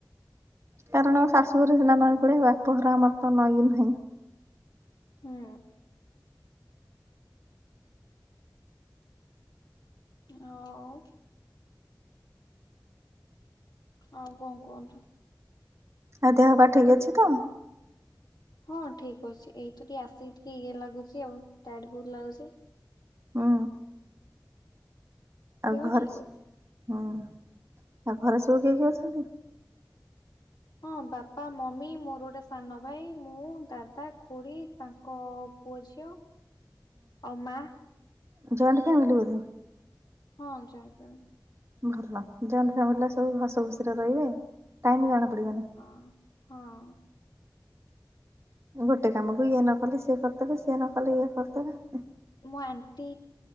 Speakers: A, on the right; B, on the left.
A: କାରଣ ଶାଶୁଘରେ ସିନା ନଈ କୂଳିଆ ବାପଘର ଆମର ତ ନଈ ନାହିଁ।
B: ହୁଁ। ଆଉ ଆଉ କଣ କୁହନ୍ତୁ?
A: ଆଉ ଦେହ ପା ଠିକ୍ ଅଛି ତ?
B: ହଁ ଠିକ୍ ଅଛି ଏଇ ତ ଟିକେ ଆସିକି ଇଏ ଲାଗୁଛି ଆଉ ଟାଏଡ୍ ବୋହୁତ୍ ଲାଗୁଛି‌।
A: ହଁ। ଆଉ
B: ଦେହ
A: ଘରେ
B: ଠିକ୍ ଅଛି।
A: ହୁଁ ଆଉ ଘରେ ସବୁ କିଏ କିଏ ଅଛନ୍ତି?
B: ହଁ ବାପା, ମମି ମୋର ଗୋଟେ ସାନ ଭାଇ, ମୁଁ, ଦାଦା, ଖୁଡ଼ୀ, ତାଙ୍କ ପୁଅ, ଝିଅ ଆଉ ମା
A: ହୁଁ ଜଏଣ୍ଟ୍ ଫ୍ୟାମିଲି ବୋଧେ?
B: ହଁ ଜଏଣ୍ଟ୍ ଫ୍ୟାମିଲି।
A: ଭଲ ଜଏଣ୍ଟ୍ ଫ୍ୟାମିଲି ରେ ସବୁ ହସ ଖୁସିରେ ରହିବେ ଟାଇମ୍ ଜଣା ପଡ଼ିବନି।
B: ହଁ ହଁ।
A: ଗୋଟେ କାମକୁ ଇଏ ନ କଲେ ସିଏ କରିଦେବେ ସିଏ ନ କଲେ ଇଏ କରିଦେବେ।
B: ମୋ ଆଣ୍ଟି